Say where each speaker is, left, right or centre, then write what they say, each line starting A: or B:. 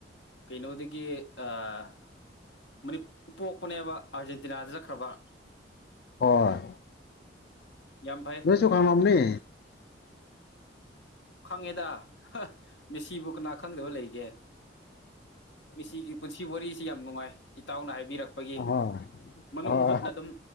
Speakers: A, on the left (about 80°); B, on the left (about 60°).
A: ꯀꯩꯅꯣꯗꯒꯤ ꯑꯥ ꯃꯅꯤꯄꯨꯔ ꯄꯣꯛꯄꯅꯦꯕ ꯑꯥꯔꯖꯦꯟꯇꯤꯅꯥꯗ ꯆꯠꯈ꯭ꯔꯕ
B: ꯍꯣꯏ
A: ꯌꯥꯝ ꯐꯩ
B: ꯅꯣꯏꯁꯨ ꯈꯡꯉꯝꯅꯤ
A: ꯈꯪꯉꯦꯗ ꯍꯥ ꯃꯤꯁꯤꯕꯨ ꯀꯅꯥ ꯈꯪꯗꯕ ꯂꯩꯒꯦ ꯃꯤꯁꯤꯒꯤ ꯄꯨꯟꯁꯤ ꯋꯥꯔꯤꯁꯤ ꯌꯥꯝ ꯅꯨꯡꯉꯥꯏ ꯏꯇꯥꯎꯅ ꯍꯥꯏꯕꯤꯔꯛ ꯄꯒꯤ
B: ꯑꯍꯣꯏ
A: ꯃꯅꯨꯡ
B: ꯑꯣ
A: ꯍꯨꯠꯅ ꯑꯗꯨꯝ